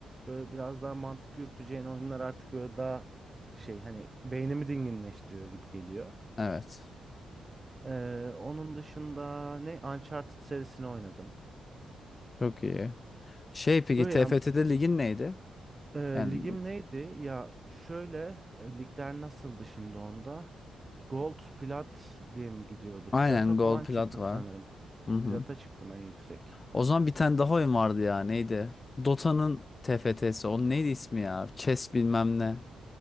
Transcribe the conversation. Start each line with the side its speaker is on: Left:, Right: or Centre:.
Right: böyle biraz daha mantık yürüteceğin oyunlar artık böyle daha şey hani beynimi dinginleştiriyor gibi geliyor.
Left: Evet.
Right: Ee, onun dışında ne Uncharted serisini oynadım.
Left: Çok iyi. Şey peki
Right: Öyle
Left: TFT'de
Right: yani,
Left: ligin neydi?
Right: e,
Left: Yani
Right: ligim neydi? Ya şöyle e, ligler nasıldı şimdi onda? Gold, plat diye mi gidiyordu?
Left: aynen
Right: Plata falan
Left: Gold Plat
Right: çıktım
Left: var.
Right: Gold Plat. sanırım.
Left: Hı hı.
Right: Plata çıktım en yüksek.
Left: O zaman bir tane daha oyun vardı ya neydi? Dota'nın TFT'si. Onun neydi ismi ya? Chess bilmem ne.